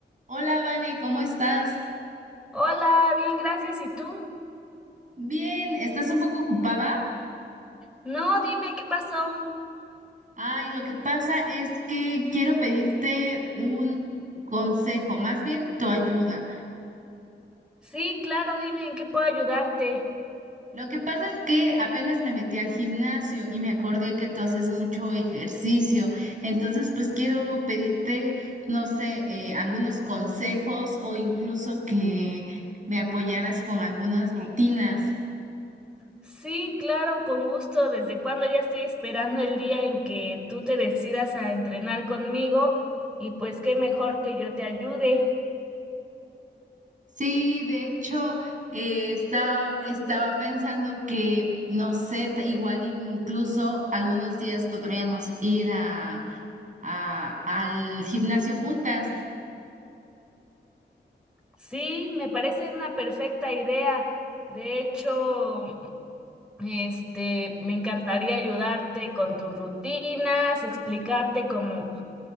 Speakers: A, on the right; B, in the centre.
A: Hola, Vane, ¿cómo estás?
B: Hola, bien, gracias. ¿Y tú?
A: Bien, ¿estás un poco ocupada?
B: No, dime qué pasó.
A: Ay, lo que pasa es que quiero pedirte un consejo, más bien tu ayuda.
B: Sí, claro, dime en qué puedo ayudarte.
A: Lo que pasa es que apenas me metí al gimnasio y me acordé que tú haces mucho ejercicio, entonces pues quiero pedirte, no sé, eh, algunos consejos o incluso que me apoyaras con algunas rutinas.
B: Sí, claro, con gusto. Desde cuándo ya estoy esperando el día en que tú te decidas a entrenar conmigo y pues qué mejor que yo te ayude.
A: Sí, de hecho, eh, estaba, estaba pensando que, no sé, t- igual incluso algunos días podríamos ir a, a- al gimnasio juntas.
B: Sí, me parece una perfecta idea. De hecho, este, me encantaría ayudarte con tus rutinas, explicarte cómo